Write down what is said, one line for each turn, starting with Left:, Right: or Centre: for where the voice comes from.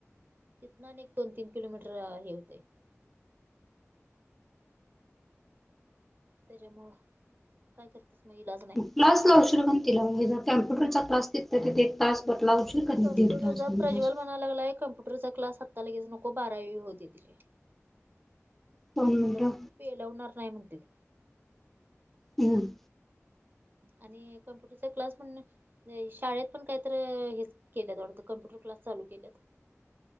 Right: तिथन आणिक दोन तीन किलोमीटर हे होतय. त्याच्यामुळ काय करतेस. मग इलाज नाही
Centre: क्लास लावशील
Right: एवढा
Centre: मग तिला हे जर कॉम्प्युटरचा क्लास तिथल्या तिथ एक तास भर लावशील. कणी
Right: कम्प्युटरचा
Centre: दीड तास दोन
Right: प्रज्वल
Centre: तास
Right: म्हणाय लागलाय कम्पुटरचा क्लास आत्ता लगेच नको बारावी होऊ दे तिची.
Centre: दोन मिनिटं
Right: तिला पेलवणार नाही म्हणते ते.
Centre: हम्म
Right: आणि कम्प्युटरचा क्लास षण नाही शाळेत पण कायतर हे केल्यात वाटत कम्प्युटर क्लास चालू केल्यात.